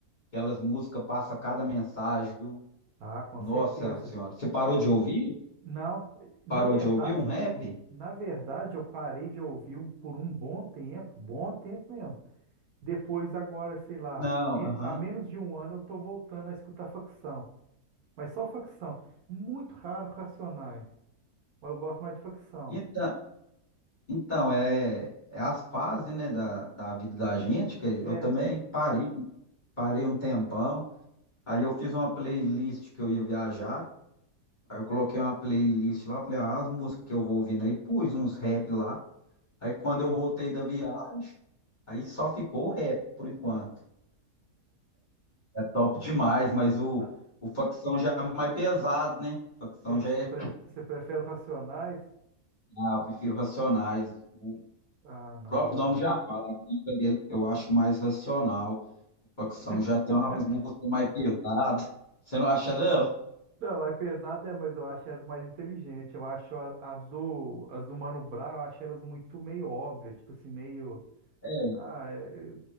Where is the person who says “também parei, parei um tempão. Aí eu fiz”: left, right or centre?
Left